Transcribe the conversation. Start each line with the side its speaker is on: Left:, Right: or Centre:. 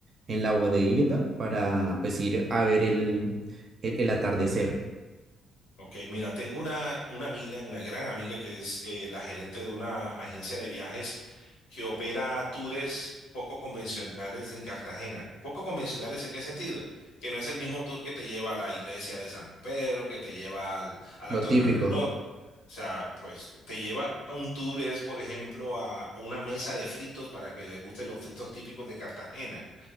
Right: en la bodeguita para pues ir a ver el, el, el atardecer,
Left: Ok, mira, tengo una, una amiga, una gran amiga que es eh, la gerente de una agencia de viajes que opera tours poco convencionales en Cartagena. Poco convencionales en qué sentido? Que no es el mismo tour que te lleva a la iglesia de San Pedro, que te lleva al- a la
Right: lo
Left: Torre
Right: típico.
Left: Reloj. O sea, pues te lleva a un tour, es por ejemplo a una mesa de fritos para que guste los fritos típicos de Cartagena